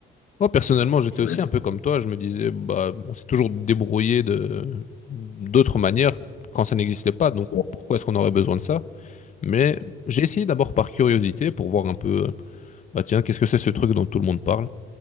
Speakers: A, on the left; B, on the left.
A: Moi, personnellement, j'étais
B: Ça
A: aussi
B: doit être-
A: un peu comme toi. Je me disais, bah, on s'est toujours débrouillé de d'autres manières quand ça n'existait pas. Donc,
B: Ouais.
A: pourquoi est-ce qu'on aurait besoin de ça? Mais j'ai essayé d'abord par curiosité pour voir un peu, euh, bah tiens, qu'est-ce que c'est ce truc dont tout le monde parle?